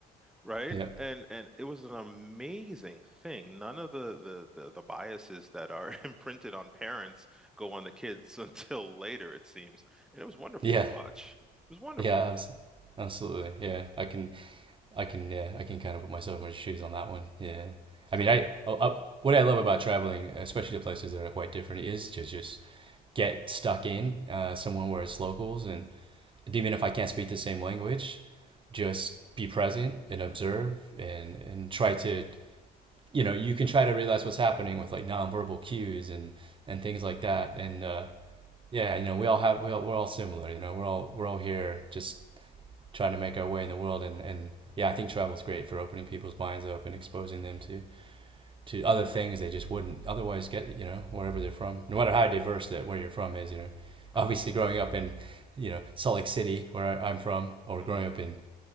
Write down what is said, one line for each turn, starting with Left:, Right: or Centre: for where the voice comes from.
Centre: right?
Right: Yep.
Centre: And and it was an amazing thing. None of the the the, the biases that are <laughs> imprinted on parents go on the kids <laughs> until later, it seems. And it was wonderful
Right: Yeah.
Centre: to watch. It was wonderful.
Right: Yeah. abs- Absolutely. Yeah. I can. I can. Yeah. I can kind of put myself in my shoes on that one. Yeah.
Centre: It's
Right: I mean,
Centre: a wonderful
Right: I, I, I what I love about traveling, especially to places that are quite different, is to just get stuck in uh, somewhere where it's locals and even if I can't speak the same language, just be present and observe and and try to you know you can try to realize what's happening with like nonverbal cues and and things like that and
Centre: thing.
Right: uh,
Centre: hmm
Right: yeah you know we all have we all, we're all similar you know we're all we're all here just trying to make our way in the world and and yeah I think travel is great for opening people's minds up and exposing them to to other things they just wouldn't otherwise get. You know, wherever they're from, no matter how diverse that where you're from is. You know,
Centre: 100%.
Right: obviously growing
Centre: percent
Right: up in you know Salt Lake City, where I, am from, or
Centre: hmm
Right: growing up in